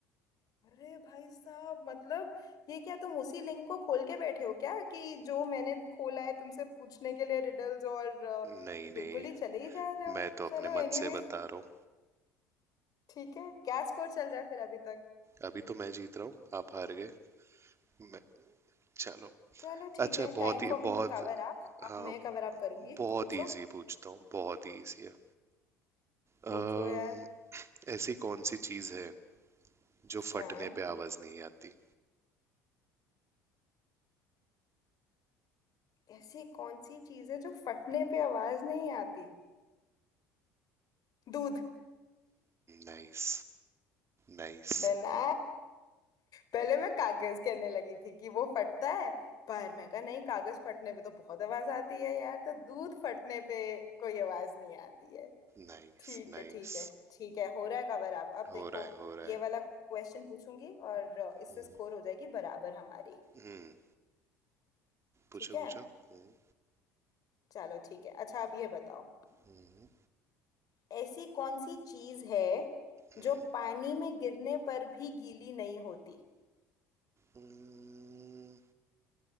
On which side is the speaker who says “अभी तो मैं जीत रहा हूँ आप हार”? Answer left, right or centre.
Right